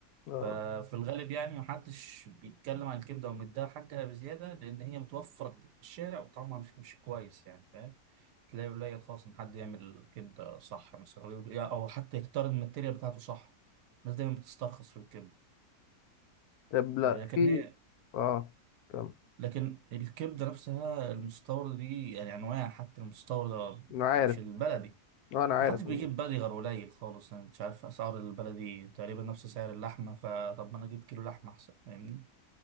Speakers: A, on the left (about 75°); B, on the right (about 85°).
A: اه
B: ففي الغالب يعني محدش بيتكلم عن الكبدة ومديها حقها بزيادة لأن هي متوفرة في الشارع وطعمها مش مش كويس يعني فاهم تلاقي قليل خالص إن حد يعمل كبدة صح مثلا أو يقول- أو حتى يختار الماتيريال بتاعته صح الناس دايما بتسترخص في الكبدة
A: طب لا
B: آه، لكن
A: في
B: هي
A: اه تمام
B: لكن الكبدة نفسها المستوردة دي يعني أنواع حتى المستوردة
A: انا عارف
B: مش البلدي
A: آه، انا عارف
B: محدش بيجيب
A: مم.
B: بلدي غير قليل خالص أنا مش عارف أسعار البلدي تقريبا نفس سعر اللحمة فطب ما أنا أجيب كيلو لحمة أحسن فاهمني